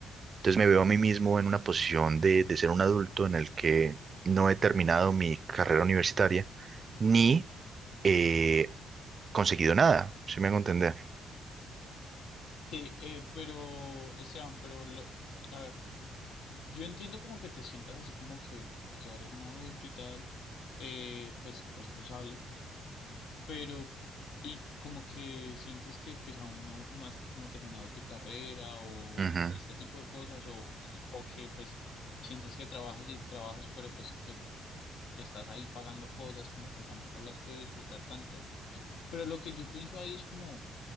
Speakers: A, on the right (about 40°); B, on the left (about 75°).
A: Entonces me veo a mí mismo en una posición de, de ser un adulto en el que no he terminado mi carrera universitaria ni he conseguido nada, si me hago entender.
B: Sí, eh, pero Esteban, pero lo, a ver, yo entiendo como que te sientas así como que pues ya eres un adulto y tal, eh, pues responsable. Pero, y como que sientes que pues aún no, no has como terminado tu carrera o,
A: Ujú.
B: o este tipo de cosas, o, o que pues sientes que trabajas y trabajas, pero pues que estás ahí pagando cosas, como que tampoco las puedes disfrutar tanto. Pero lo que yo pienso ahí es como